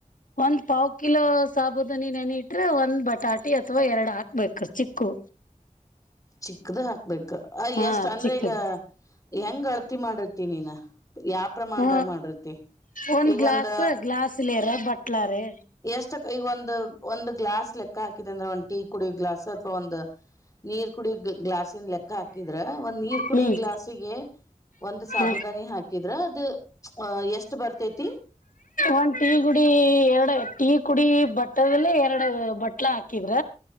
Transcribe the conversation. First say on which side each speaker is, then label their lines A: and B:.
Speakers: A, on the left (about 75°); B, on the left (about 25°).
A: ಒಂದ್ ಪಾವ್ ಕಿಲೋ ಸಾಬೂದನಿ ನೆನ ಇಟ್ರೆ ಒಂದ್ ಬಟಾಟಿ ಅಥವಾ ಎರಡು ಹಾಕ್ಬೇಕ ಚಿಕ್ಕು.
B: ಚಿಕ್ಕದು ಹಾಕ್ಬೇಕ ಆ
A: ಹಾ
B: ಎಷ್ಟ ಅಂದ್ರೆ
A: ಚಿಕ್ಕದು
B: ಈಗ. ಹೆಂಗ್ ಅಳತಿ ಮಾಡಿರ್ತಿ ನೀನ್ ಯಾವ ಪ್ರಮಾಣದಾಗ್
A: ಹ
B: ಮಾಡಿರ್ತಿ.
A: ಒಂದ್
B: ಈಗ
A: ಗ್ಲಾಸ್
B: ಒಂದ
A: ಗ್ಲಾಸ್ಲರ ಬಟ್ಲ ರೀ.
B: ಎಷ್ಟ ಈಗ ಒಂದು ಒಂದು ಗ್ಲಾಸ್ ಲೆಕ್ಕ ಹಾಕಿದೆ ಅಂದ್ರೆ ಒಂದ್ ಟೀ ಕುಡಿಯ ಗ್ಲಾಸ್ ಅಥವಾ ಒಂದು. ನೀರ್ ಕುಡಿಯ ಗ್ಲಾಸ್ಿಂದ ಲೆಕ್ಕ ಹಾಕಿದ್ರ ಒಂದ್ ನೀರ್ ಕುಡಿಯ
A: ಹ್ಮ್
B: ಗ್ಲಾಸಿಗೆ. ಒಂದ್ ಸಾಬೂುದಾನಿ
A: ಹ
B: ಹಾಕಿದ್ರ ಅದ ಅ ಎಷ್ಟ ಬರ್ತೇತಿ
A: ಒಂದ್ ಟೀ ಗುಡಿ ಎರಡು ಟೀ ಕುುಡಿ ಬಟ್ಟದಲ್ಲ ಎರಡು ಬಟ್ಲ ಹಾಕಿದ್ರ